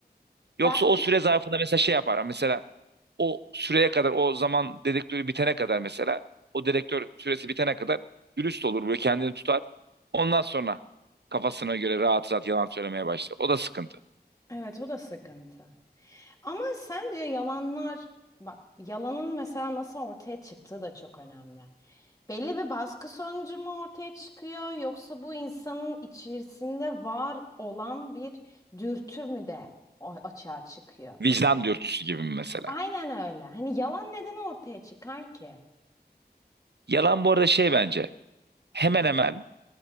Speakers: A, on the right; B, on the left.
A: Yoksa
B: Ben
A: o süre zarfında mesela şey yapar. Mesela o süreye kadar o zaman dedektörü bitene kadar mesela o dedektör süresi bitene kadar dürüst olur böyle kendini tutar. Ondan sonra kafasına göre rahat rahat yalan söylemeye başlar. O da sıkıntı.
B: Evet o da sıkıntı. Ama sence yalanlar, bak yalanın mesela nasıl ortaya çıktığı da çok önemli. Belli bir baskı sonucu mu ortaya çıkıyor yoksa bu insanın içerisinde var olan bir dürtü mü de o- açığa çıkıyor?
A: Vicdan dürtüsü gibi mi mesela?
B: Aynen öyle. Hani yalan neden ortaya çıkar ki?
A: Yalan bu arada şey bence hemen hemen